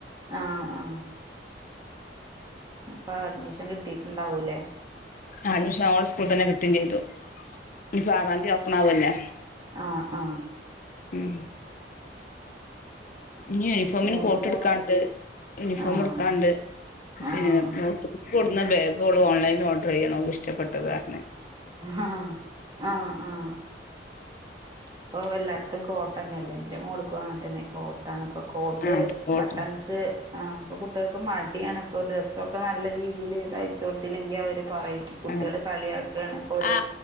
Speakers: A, on the right; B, on the left.
A: ആ ആ ഇപ്പൊ അഡ്മിഷൻ കിട്ടിട്ടുണ്ടാവൂലേ
B: അഡ്മിഷൻ ഓളെ സ്കൂളിൽ തന്നെ കിട്ടുകയും ചെയ്തു. ഇനിപ്പൊ ആറാം തീയതി ഒപ്പൺ ആവല്ലേ.
A: ആഹ ആഹ
B: ഉം ഇനി യൂണിഫോമിന്
A: മൂ
B: കോട്ട്
A: മൂന്ന്
B: എടുക്കാണ്ട്, യൂണിഫോം
A: ആഹ്
B: എടുക്കാണ്ട്,
A: ആഹ്
B: പിന്നെ നോട്ട്ബുക്ക് കൊടുന്നു ബാഗ് ഓള് ഓൺലൈനിൽ ഓർഡർ ചെയ്യാണ് ഓൾക് ഇഷ്ടപ്പെട്ടത് പറഞ്ഞു
A: ആഹ് ആഹ് ആഹ ഇപ്പൊ എല്ലാട്ത്തും കോട്ടനല്ലേ എന്റെ മോൾക്കും അങ്ങൻതനെ കോട്ടാണ് ഇപ്പൊ കോട്ട്
B: ആഹ് അപ്പൊ കോട്ടും
A: ബട്ടൺസ് ആ അപ്പൊ കുട്ടികൾക്ക് മടിയാണ് ഇപ്പൊ ഡ്രസ്സൊക്കെ നല്ല രീതിയിൽ തയ്ച്ച് കൊടുത്തില്ലെങ്കിൽ അവര് പറയും. കുട്ടികള്
B: ആ
A: കളിയാക്കാണ് ഇപ്പൊ ഒരു
B: ആ